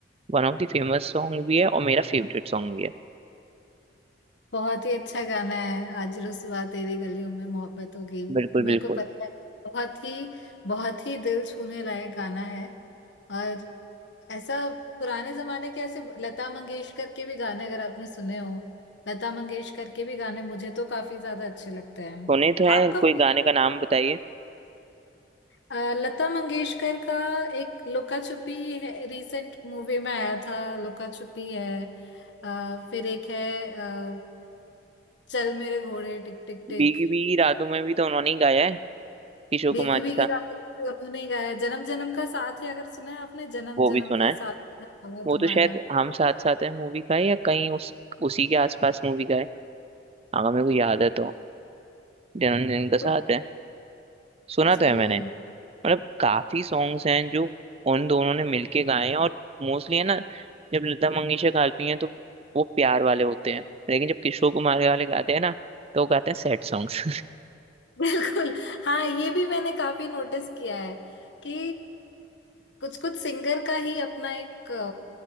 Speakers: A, on the right (about 35°); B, on the left (about 75°).
A: one of the famous song भी है और मेरा फेवरेट सॉन्ग भी है
B: बहुत ही अच्छा गाना है आज रुसवा तेरी गलियों में मोहब्बत होगी
A: बिल्कुल
B: मेरे
A: बिल्कुल
B: को पता है बहुत ही बहुत ही दिल छूने लायक गाना है और ऐसा पुराने जमाने के ऐसे लता मंगेशकर के भी गाने अगर आपने सुने हो लता मंगेशकर के भी गाने मुझे तो काफी ज्यादा अच्छे लगते हैं
A: सुने तो है
B: आपका
A: कोई गाने का नाम बताइए
B: अ, लता मंगेशकर का एक लुका छुपी है रिसेंट मूवी में आया था लुका छुपी है अ, फिर एक है अ, चल मेरे घोड़े टिक टिक टिक
A: भीगी भीगी रातों में भी तो उन्होंने ही गाया है किशोर
B: भीगी
A: कुमार
B: भीगी
A: के साथ
B: रातों में उन्होंने ही गाया जन्म जन्म का साथ है अगर सुना है आपने जन्म
A: वो
B: जन्म
A: भी सुना
B: का
A: है
B: साथ है होगा
A: वो
B: तुम्हारा
A: तो शायद हम साथ साथ है मूवी का है या कहीं उस उसी के आसपास मूवी का है अगर मेरे को याद है तो जिन्होंने जिनका
B: तो-
A: साथ है सुना
B: जी
A: तो है मैंने मतलब काफी सॉन्ग्स हैं जो उन दोनों ने मिलके गाए हैं और मोस्टली है ना जब लता मंगेशकर गाती हैं तो वो प्यार वाले होते हैं लेकिन जब किशोर कुमार वाले गाते हैं ना तो वो गाते हैं सैड सॉन्ग्स
B: बिल्कुल हाँ ये भी मैंने काफी नोटिस किया है कि कुछ कुछ सिंगर का ही अपना एक